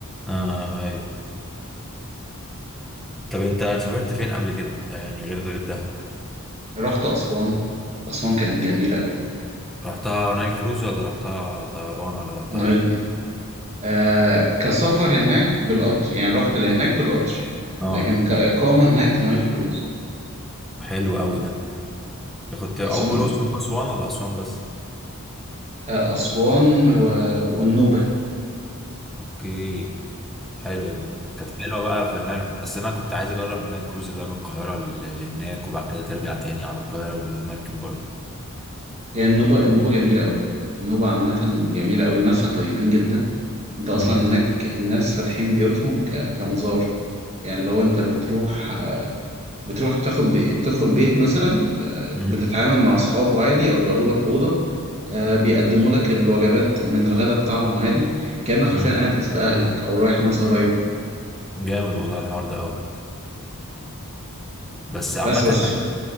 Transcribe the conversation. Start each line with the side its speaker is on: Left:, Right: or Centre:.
Centre: اه ايوه طب انت سافرت فين قبل كده يعني غير غير دهب
Right: رحت أسوان أسوان كانت جميلة أوي
Centre: رحتها نايل كروز ولا رحتها طيران ولا رحتها
Right: نايل
Centre: ايه
Right: آه كسفر هناك بالقطر يعني رحت لهناك بالقطر
Centre: اه
Right: لكن كإقامة هناك نايل كروز
Centre: حلو قوي ده كنت أو-
Right: بس
Centre: أو
Right: هم
Centre: الأقصر وأسوان ولا أسوان بس
Right: آه أسوان و... والنوبة
Centre: اوكي حلوة دي كانت حلوة بقى في النايل اصل انا كنت عايز اجرب النايل كروز اللي هو من القاهرة ل- لهناك وبعد كده ترجع تاني على القاهرة بالمركب برضه
Right: هي النوبة النوبة جميلة أوي النوبة عامة جميلة أوي الناسها طيبين جدا أنت أصلا
Centre: امم
Right: هناك الناس فاتحين بيوتهم ك... كمزار يعني لو أنت بتروح بتروح تاخد بي... تدخل بيت مثلا آه،
Centre: امم
Right: بتتعامل مع أصحابه عادي يأجروا لك أوضة آه، بيقدموا لك الوجبات من الغداء بتاعهم عادي كأنك حرفيا
Centre: امم
Right: قاعد وسط أهلك أو رايح لناس قريبة
Centre: جامد والله الحوار ده قوي بس عامة
Right: بس بس
Centre: بحس